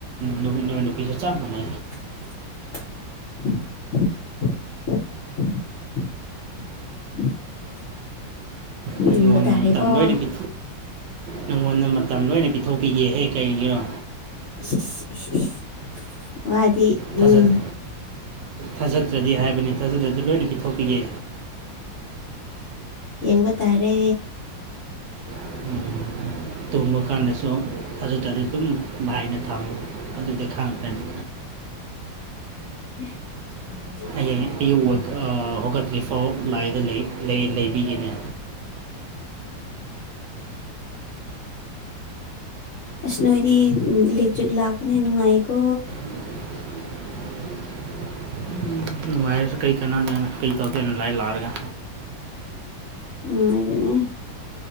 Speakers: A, on the right (about 75°); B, on the left (about 60°).
A: ꯅꯣ ꯅꯣꯏ ꯅꯨꯄꯤꯁꯨ ꯆꯥꯞ ꯃꯥꯟꯅꯩ
B: <inaudible> <inaudible>
A: ꯅꯪꯉꯣꯟꯇ
B: ꯌꯦꯡꯕ ꯇꯥꯔꯦꯀꯣ
A: ꯃꯇꯝ ꯂꯣꯏꯅ ꯄꯤ ꯅꯪꯉꯣꯟꯗ ꯃꯇꯝ ꯂꯣꯏꯅ ꯄꯤꯊꯣꯛꯄꯤꯒꯦꯍꯦ ꯀꯩꯒꯤꯔꯣ
B: ꯏꯁ ꯏꯁ ꯏꯁ ꯏꯁ ꯋꯥꯗꯤ ꯎꯝ
A: ꯊꯥꯖꯗꯦ ꯊꯥꯖꯗ꯭ꯔꯗꯤ ꯍꯥꯏꯕꯅꯦ ꯊꯥꯖꯗ꯭ꯔꯗꯤ ꯂꯣꯏꯅ ꯄꯤꯊꯣꯛꯄꯤꯒꯦ
B: ꯌꯦꯡꯕ ꯇꯥꯔꯦ
A: ꯎꯝ, ꯇꯨꯝꯕ ꯀꯥꯟꯗꯁꯨ ꯊꯥꯖꯗ꯭ꯔꯗꯤ ꯑꯗꯨꯝ ꯂꯥꯏꯅ ꯊꯥꯡ ꯑꯗꯨꯗꯤ ꯈꯥꯡꯈ꯭ꯔꯅꯤ
B: <inaudible>
A: ꯍꯌꯦꯡ ꯑꯌꯨꯛ ꯋꯦꯛ ꯑꯥ ꯍꯧꯒꯠꯇ꯭ꯔꯤꯐꯥꯎ ꯂꯥꯏꯗ ꯂꯩ ꯂꯩꯕꯤꯒꯦꯅꯤ
B: ꯑꯁ ꯅꯣꯏꯗꯤ ꯏꯂꯦꯛꯇ꯭ꯔꯤꯛ ꯂꯥꯛꯄꯅꯤꯅ ꯅꯨꯉꯥꯏꯀꯣ
A: <inaudible> ꯅꯨꯉꯥꯏꯔꯁꯨ ꯀꯩ ꯀꯅꯥꯗꯣꯏꯅꯣ ꯀꯩ ꯇꯧꯗꯣꯏꯅ ꯂꯥꯏ ꯂꯥꯛꯔꯒ
B: ꯅꯨꯡꯉꯥꯢꯕꯅꯦ